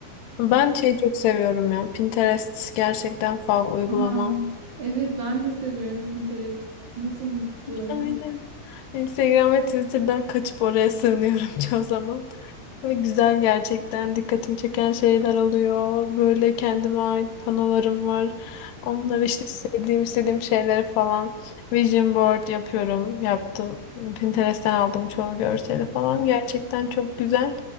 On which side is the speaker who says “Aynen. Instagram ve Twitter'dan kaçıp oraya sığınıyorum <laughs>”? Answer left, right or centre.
Left